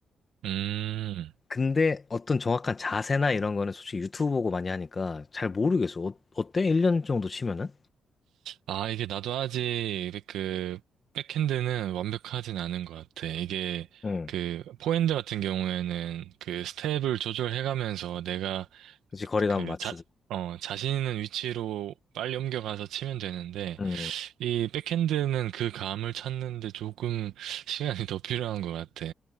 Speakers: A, on the right (about 85°); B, on the left (about 35°).
A: 음.
B: 근데 어떤 정확한 자세나 이런 거는 솔직히 유튜브 보고 많이 하니까 잘 모르겠어. 어, 어때? 1년 정도 치면은?
A: 아, 이게 나도 아직 그 백핸드는 완벽하진 않은 것 같아. 이게
B: 응.
A: 그 포핸드 같은 경우에는 그 스텝을 조절해가면서 내가
B: 그치, 거리감
A: 그
B: 맞추고.
A: 자, 어, 자신 있는 위치로 빨리 옮겨가서 치면 되는데
B: 응.
A: 이 백핸드는 그 감을 찾는데 조금 <laughs> 시간이 더 필요한 것 같아.